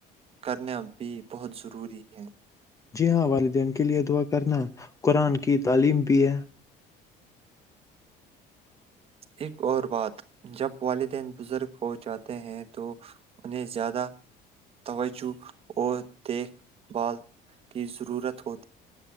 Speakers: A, on the right; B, on the left.
A: کرنا بھی بہت ضروری ہے
B: جی ہاں والدین کے لیے دعا کرنا قرآن کی تعلیم بھی ہے
A: ایک اور بات جب والدین بزرگ ہو جاتے ہیں تو انہیں زیادہ توجہ اور دیکھ بھال کی ضرورت ہوتی ہے